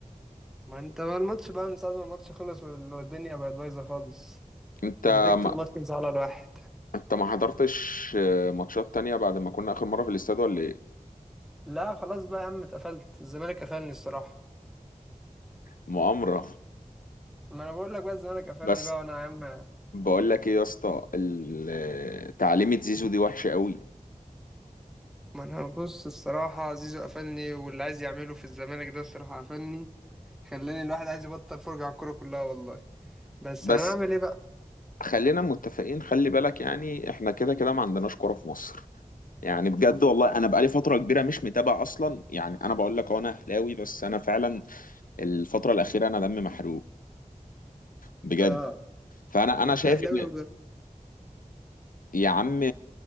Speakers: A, in the centre; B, on the left (about 85°).
A: ما انت ما الماتش بقى من ساعه ما الماتش خلص وال- والدنيا بقت بايظه خالص
B: انت
A: نتيجه
B: ما
A: الماتش مزعله الواحد
B: انت ما حضرتش ماتشات تانية بعد ما كنا اخر مرة في الاستاد ولا ايه
A: لا خلاص بقى يا عم اتقفلت الزمالك قفلني الصراحه
B: مؤامرة
A: ما انا بقول لك بقى الزمالك قفلني
B: بس
A: بقى وانا يا عم
B: بقول لك ايه يا اسطى ال- تعليمة زيزو دي وحشة قوي
A: ما انا بص الصراحه زيزو قفلني واللي عايز يعمله في الزمالك ده الصراحه قفلني خلاني الواحد عايز يبطل فرجه على الكوره كلها والله بس
B: بس
A: هنعمل ايه بقى
B: خلينا متفقين خلي بالك يعني احنا كده كده ما عندناش كرة في مصر يعني بجد والله انا بقالي فتره كبيره مش متابع اصلا يعني انا بقول لك أهو انا اهلاوي بس انا فعلا الفتره الاخيره انا دمي محروق بجد
A: اه
B: فانا انا
A: حتى
B: شايف
A: اهلاوي
B: ان يا عم